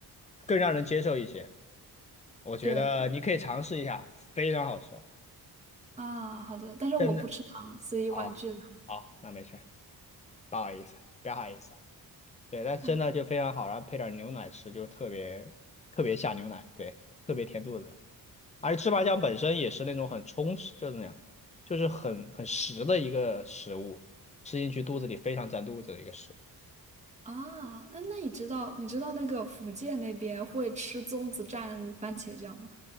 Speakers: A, on the left; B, on the right.
A: 更让人接受一些，我觉得你可以尝试一下，
B: 对
A: 非常好吃，
B: 啊，好的，但是我不吃糖，
A: 真的。
B: 所以婉拒了。
A: 哦，好，那没事儿，不好意思，不好意思。对，但真的就非常好，
B: 啊
A: 然后配点牛奶吃，就特别特别下牛奶，对，特别填肚子。而芝麻酱本身也是那种很充实，就是那样，就是很很实的一个食物，吃进去肚子里非常占肚子的一个食物。
B: 啊，那那你知道你知道那个福建那边会吃粽子蘸番茄酱吗？